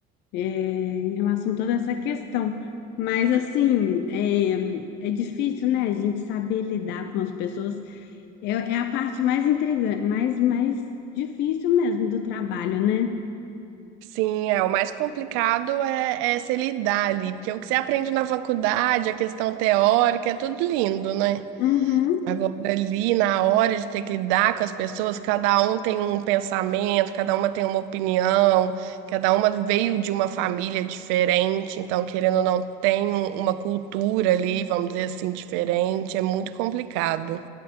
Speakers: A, on the left (about 60°); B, on the right (about 85°).
A: é, em relação a toda essa questão. Mas, assim, é, é difícil, né, a gente saber lidar com as pessoas. É, é a parte mais intrigante, mais, mais difícil mesmo do trabalho, né?
B: Sim, é, o mais complicado é, é se lidar ali, porque o que você aprende na faculdade, a questão teórica, é tudo lindo, né?
A: Uhum,
B: Agora, ali, na hora de ter que lidar com as pessoas, cada um tem um pensamento, cada uma tem uma opinião, cada uma veio de uma família diferente, então, querendo ou não, tem um- uma cultura ali, vamos dizer assim, diferente, é muito complicado.